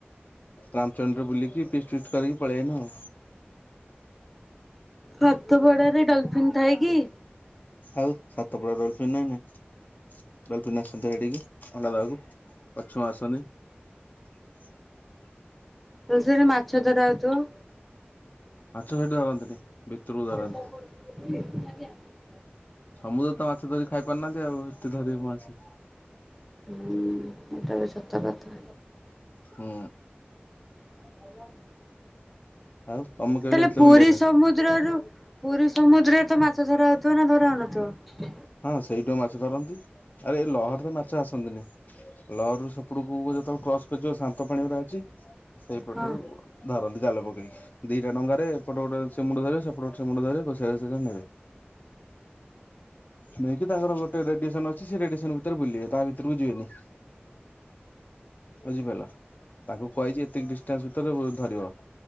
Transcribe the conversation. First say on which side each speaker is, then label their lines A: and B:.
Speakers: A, on the left; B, in the centre.
A: ରାମଚଣ୍ଡି ରେ ବୁଲିକି ଫିଷ୍ଟ ଫିଷ୍ଟ କରିକି ପଳେଇ ଆଇନୁ ଆଉ।
B: ସାତପଡାରେ ଡଲଫିନ୍ ଥାଏ କି?
A: ଆଉ ସାତପଡା ଡଲଫିନ୍ ନାଇଁ ନାଁ। ଡଲଫିନ୍ ଆସନ୍ତି ସେଠିକି ଅଣ୍ଡା ଦବାକୁ କଛିମ ଆସନ୍ତି। <inaudible>
B: ତ ସେଠି ମାଛ ଧରା ହେଉଥିବ।
A: ମାଛ ସେଠି ଧରନ୍ତିନି। ଭିତରକୁ
B: <unintelligible>
A: ଧରନ୍ତି।
B: ନି ଆଜ୍ଞା।
A: ସମୁଦ୍ର ରେ ତ ମାଛ ଧରିକି ଖାଇ ପାରୁନାହାନ୍ତି ଆଉ ସେଠି ଧରିବେ କଣ ସିଏ।
B: ହୁଁ ଏଟା ବି ସତ କଥା।
A: ହୁଁ।
B: <inaudible>
A: ଆଉ ତମେ କେବେ
B: ତାହେଲେ
A: ଯାଇଥିଲ
B: ପୁରୀ
A: ବୁଲିବା ପାଇଁ
B: ସମୁଦ୍ରରୁ ପୁରୀ ସମୁଦ୍ରରେ ତ ମାଛ ଧରା ହଉଥିବ ନା ଧରା ହଉନଥିବ?
A: ହଁ ସେଇଠୁ ମାଛ ଧରନ୍ତି ଆରେ ଏଇ ଲହରି ରେ ମାଛ ଆସନ୍ତିନି। ଲହରିରୁ ସେପଟକୁ ଯେତେବେଳେ କ୍ରସ୍ କରିଯିବ ଶାନ୍ତ ପାଣି ଗୁରା ଅଛି ସେଇପଟରୁ
B: ହଁ
A: ଧରନ୍ତି ଜଲ ପକେଇକି ଦିଇଟା ଡଙ୍ଗାରେ ଏପଟେ ଗୋଟେ ସେ ମୁଣ୍ଡ ଧରିବେ ସେପଟେ ସେ ଗୋଟେ ମୁଣ୍ଡ ଧରିବେ ଘୋଷାରି ଘୋଷାରିକି ନେବେ। ନେଇକି ତାଙ୍କର ଗୋଟେ ରେଡିଏସନ ଅଛି ସେ ରେଡିଏସନ ଭିତରେ ବୁଲିବେ ତା ଭିତରକୁ ଯିବେନି। ବୁଝିପାରିଲ ତାଙ୍କୁ କୁହାଯାଇଛି ଏତକି ଡିଷ୍ଟାନ୍ସ ଭିତରେ ଧରିବ।